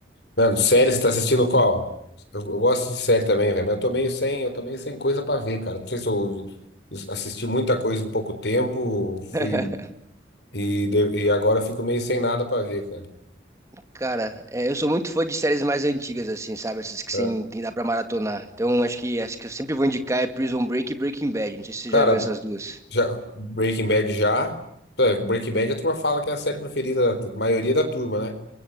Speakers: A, on the left; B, on the right.
A: Mano, série, você tá assistindo qual? Eu, eu gosto de série também, velho, mas eu tô meio sem, eu tô meio sem coisa pra ver, cara. Não sei se eu assisti muita coisa em pouco tempo,
B: <laughs>
A: fui e, de- e agora fico meio sem nada pra ver, cara.
B: Cara, é, eu sou muito fã de séries mais antigas, assim, sabe? Essas que sem,
A: É.
B: tem dá pra maratonar. Então, acho que acho que eu sempre vou indicar é Prison Break e Breaking Bad. Não sei se você
A: Cara,
B: já viu essas duas.
A: já, Breaking Bad já. É, Breaking Bad a turma fala que é a série preferida da maioria da turma, né?